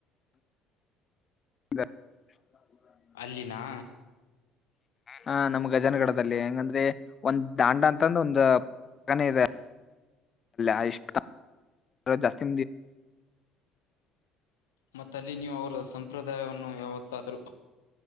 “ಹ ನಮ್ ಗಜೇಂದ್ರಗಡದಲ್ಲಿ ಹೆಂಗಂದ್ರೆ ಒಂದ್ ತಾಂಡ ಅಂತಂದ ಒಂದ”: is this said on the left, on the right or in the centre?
Left